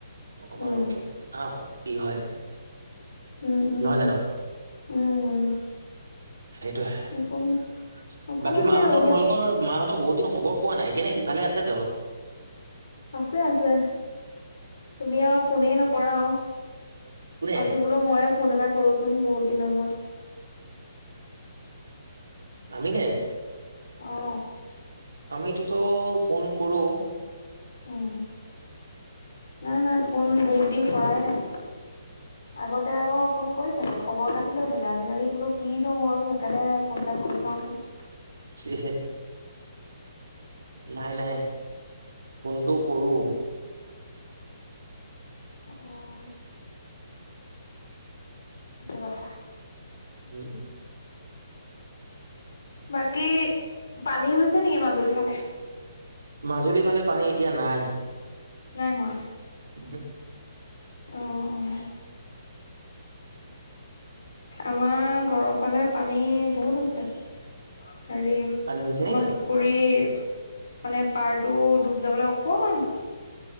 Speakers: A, on the right (about 75°); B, on the left (about 65°).
A: অকমান
B: উম
A: ৰখিম চাওঁ। কি হয়
B: উম, উম,
A: নহয় জানো।
B: উম,
A: সেইটোৱে,
B: অকমান অকমান
A: বাকী মাহঁতৰ
B: দেৰি ৰৈ দিয়ক
A: তোমালোকৰ মাহঁতৰ বহুত দিন খবৰ পোৱা নাই কেনেকি ভালে আছে তেওঁলোক?
B: আছে আছে, তুমি আও ফোনে নকৰা আও।
A: কোনে
B: আজি বোলো মইয়ে ফোন এটা কৰোচোন বহুত দিনৰ মূৰত।
A: আমি নে?
B: অঁ।
A: আমিটোতো ফোন কৰোঁ।
B: উম, নাই নাই ফোন বহুত দিন কৰাই নাই। আগতে আকৌ ফোন কৰি থাকে, খবৰ খাতি লৈ থাকে আজিকালি বোলো কিনো হ'ল সেইকাৰণে ফোন এটা কৰি চাওঁচোন।
A: <inaudible> নাই নাই ফোনটো কৰো।
B: অঁ, সেইটো কথা।
A: উম‌।
B: বাকী পানী হৈছে নেকি মাজুলী ফালে?
A: মাজুলীৰ ফালে পানী এতিয়া নাই।
B: নাই হোৱা।
A: উমহু।
B: অঁ অঁ। আমাৰ ঘৰৰ ফালে পানী বহুত হৈছে। হেৰি
A: পানী হৈছে
B: আমাৰ
A: নেকি
B: পুখুৰী মানে পাৰটো ডুব যাবলৈ অকমান